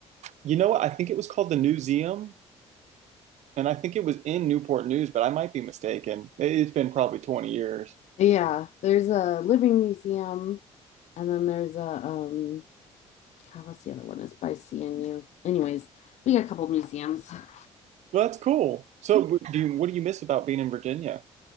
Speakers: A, on the right; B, on the left.
A: you know what? I think it was called the Newseum, and I think it was in Newport News, but I might be mistaken. It- It's been probably 20 years.
B: yeah, there's a living museum, and then there's a um, God, what's the other one? It's by CNU. Anyways, we got a couple museums. <sighs>
A: Well, that's cool. So, w- do you, what do you miss about being in Virginia?